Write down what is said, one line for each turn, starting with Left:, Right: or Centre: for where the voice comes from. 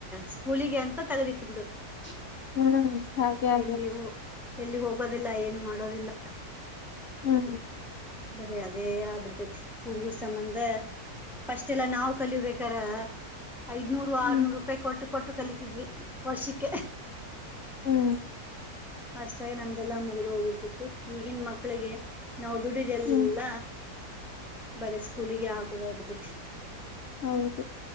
Centre: ಸ್ಕೂಲಿಗೆ ಅಂತ ತಗದಿಟ್ಟು ಬಿಡುದು
Left: ಹ್ಮ್ ಹಾಗೆ ಹಾಗೆ
Centre: ಎಲ್ಲಿ ಎಲ್ಲಿ ಹೋಗೋದಿಲ್ಲ ಏನು ಮಾಡೋದಿಲ್ಲ
Left: ಹ್ಮ್
Centre: ಬರ ಅದೇ ಆಗ್ ಬಿಡ್ತತಿ ಹುಡುಗರ್ ಸಂಬಂಧ ಪಫಸ್ಟ್ ಎಲ್ಲಾ ನಾವವು ಕಲಿಬೇಕಾರ ಐದ್ನೂರು
Left: ಹ್ಮ್
Centre: ಆರ್ನೂರು ರೂಪಾಯಿ ಕೊಟ್ಟು ಕೊಟ್ಟು ಕಲಿತಿದ್ವಿ ವರ್ಷಿಕ
Left: ಹ್ಮ
Centre: ಅಷ್ಟಾಗಿೆ ನಮ್ದೆಲ್ಲಾ ಮುಗ್ದು ಹೋಗ್ಬಿಡ್ತಿತ್ತು ಈಗನ್ ಮಕ್ಳಿಗೆ ನಾವು ದುಡಿದೆಲ್ಲ
Left: ಹ್ಮ್
Centre: ಬರೀ ಸ್ಕೂಲಿಗೆ ಹಾಕುದಾಗಬಿಟ್ಟಿದಿ
Left: ಹೌದು